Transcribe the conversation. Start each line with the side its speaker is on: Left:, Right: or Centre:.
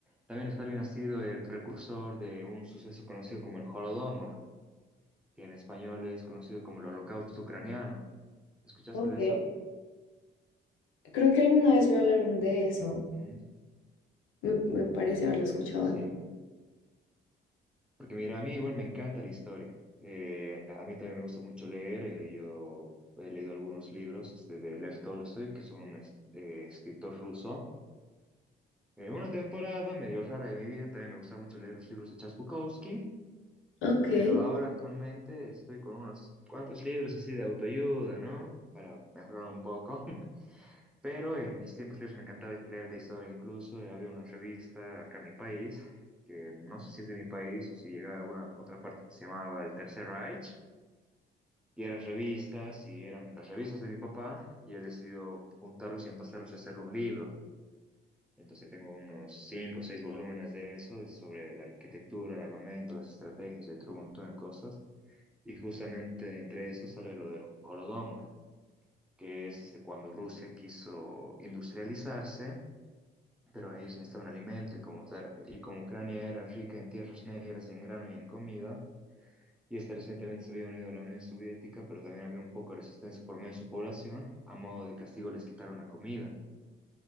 Centre: También Stalin ha sido el precursor de un suceso conocido como el Holodomor, que en español es conocido como el Holocausto Ucraniano. ¿Escuchaste
Left: Ok.
Centre: de eso?
Left: Creo que alguna vez me hablaron de eso.
Centre: Ujú.
Left: Me, me parece haberlo escuchado
Centre: Así.
Left: antes.
Centre: Porque mira, a mí igual me encanta la historia. Eh, a mí también me gusta mucho leer. eh, yo he leído algunos libros este, de Lev Tolstoy, que es un es- eh, escritor ruso. En una temporada medio rara de mi vida también me gusta mucho leer los libros de Charles Bukowski,
Left: Ok.
Centre: pero ahora actualmente estoy con unos cuantos libros así de autoayuda, ¿no? Para mejorar un poco. Pero en mis tiempos libres me encantaba leer de historia, incluso eh, había una revista acá en mi país, que no sé si es de mi país o si llega de alguna otra parte que se llamaba El Tercer Reich, y eran revistas, y eran las revistas de mi papá, y él decidió juntarlos y empezarlos a hacerlo un libro. Entonces tengo unos cinco o seis volúmenes de eso, de- sobre la arquitectura, el armamento, las estrategias, entre un montón de cosas, y justamente entre eso sale lo del Holodomor, que es este, cuando Rusia quiso industrializarse pero ellos necesitaban alimento y como, tar- y como Ucrania era rica en tierras negras y en grano y en comida, y este recientemente se había unido a la Unión Soviética, pero también había un poco de resistencia por medio de su población, a modo de castigo les quitaron la comida.